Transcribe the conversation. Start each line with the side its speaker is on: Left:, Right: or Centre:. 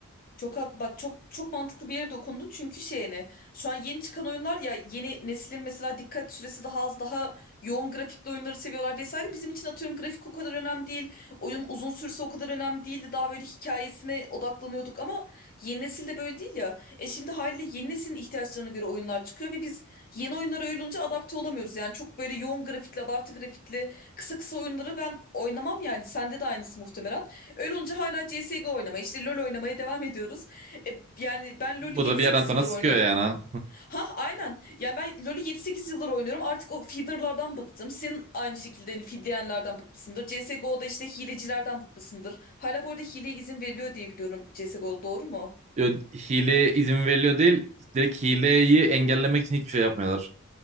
Left: Çok hak, bak çok çok mantıklı bir yere dokundun çünkü şeyini şu an yeni çıkan oyunlar ya yeni neslin mesela dikkat süresi daha az daha yoğun grafikli oyunları seviyorlar vesaire bizim için atıyorum grafik o kadar önemli değil oyun uzun sürse o kadar önemli değildi daha böyle hikayesine odaklanıyorduk ama yeni nesil de böyle değil ya e şimdi haliyle yeni neslin ihtiyaçlarına göre oyunlar çıkıyor ve biz yeni oyunlara öyle olunca adapte olamıyoruz yani çok böyle yoğun grafikli abartı grafikli kısa kısa oyunları ben oynamam yani sende de aynısı muhtemelen Öyle olunca hala CSGO oynamaya, işte LoL oynamaya devam ediyoruz. E, yani ben
Right: Bu
Left: LoL'ü 7-8
Right: da bir yerden sonra
Left: yıldır
Right: sıkıyor
Left: oynuyorum.
Right: yani.
Left: Ha aynen. Yani ben LoL'ü 7-8 yıldır oynuyorum. Artık o feederlardan bıktım. Senin aynı şekilde hani feedleyenlerden bıkmışsındır. CSGO'da işte hilecilerden bıkmışsındır. Hala bu arada hileye izin veriliyor diye biliyorum CSGO'da doğru mu?
Right: Yo- Hileye izin veriliyor değil. Direkt hileyi engellemek için hiçbir şey yapmıyorlar.